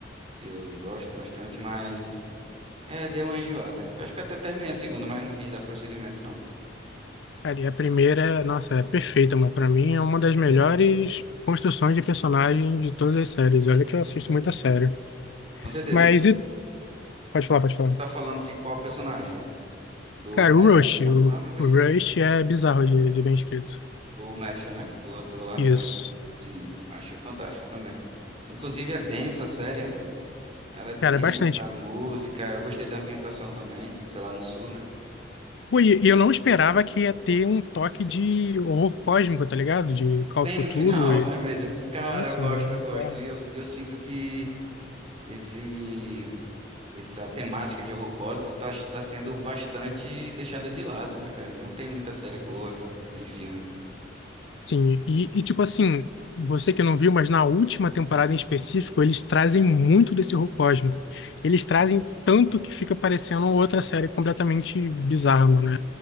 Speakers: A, on the right; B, on the left.
A: que eu gosto bastante, mas é, deu uma enjoada. Eu Acho que até terminei a segunda, mas não quis dar prosseguimento, não.
B: Cara, e a primeira, é- nossa, é perfeita, mano. Pra mim é uma das melhores construções de personagem de todas as séries. Olha que eu assisto muita série.
A: Com certeza,
B: Mas
A: mas você
B: e... Pode falar, pode falar.
A: tá falando de qual personagem? Do
B: Cara,
A: Matthew
B: o Rush. O,
A: McConaughey?
B: o Rush é bizarro de, de bem escrito.
A: O Matthew, né? Do ator lá.
B: Isso.
A: Ma- Sim, achei fantástico também. Inclusive é densa a série, né? Ela é densa,
B: Cara, é bastante.
A: a música. Eu gostei da ambientação também, sei lá, no sul, né?
B: Pô, e e eu não esperava que ia ter um toque de horror cósmico, tá ligado? De Call
A: Tem
B: of Cthulhu
A: no final,
B: e...
A: <laughs> é mesmo. Cara,
B: Nossa,
A: eu gosto,
B: mano, é bizarro.
A: eu gosto. E eu, eu sinto que esse, essa temática de horror cósmico tá, tá sendo bastante deixada de lado, né, cara? Não tem muita série boa, nem filme.
B: Sim, e, e tipo assim, você que não viu, mas na última temporada em específico, eles trazem muito desse horror cósmico. Eles trazem tanto que fica parecendo outra série completamente bizarra, mano.